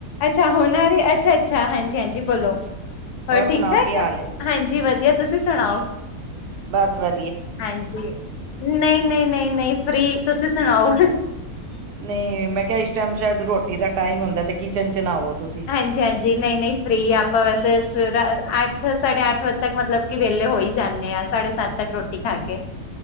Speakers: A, on the left; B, on the right.
A: ਅੱਛਾ ਹੁਣ ਆਰੀ ਅੱਛਾ-ਅੱਛਾ ਹਾਂਜੀ-ਹਾਂਜੀ ਬੋਲੋ
B: ਹਾਂਜੀ
A: ਹੋਰ ਠੀਕ-ਠਾਕ
B: ਸੁਣਾਓ ਕੀ ਹਾਲ ਏ?
A: ਹਾਂਜੀ ਵਧੀਆ ਤੁਸੀਂ ਸੁਣਾਓ?
B: ਬਸ ਵ
A: ਹਾਂਜੀ ਨਈ-ਨਈ ਨਈ-ਨਈ ਫਰੀ ਤੁਸੀਂ ਸੁਣਾਓ।
B: ਨਈ ਮੈਂ ਕਿਆ ਇਸ ਟਾਈਮ ਸ਼ਾਇਦ ਰੋਟੀ ਦਾ ਟਾਈਮ ਹੁੰਦਾ ਤੇ ਕਿਚਨ ਚ ਹੋਵੋ ਤੁਸੀਂ।
A: ਹਾਂਜੀ-ਹਾਂਜੀ ਨਈ-ਨਈ ਫਰੀ ਆਪਾਂ ਵਸ ਸਰ ਅੱਠ ਸਾਢੇ ਅੱਠ ਵਜੇ ਤੱਕ ਮਤਲਬ ਕੇ ਵੇਲੇ ਹੋ ਈ ਜਾਨੇ ਆ ਸਾਢੇ ਸੱਤ ਤੱਕ ਰੋਟੀ ਖਾ ਕੇ।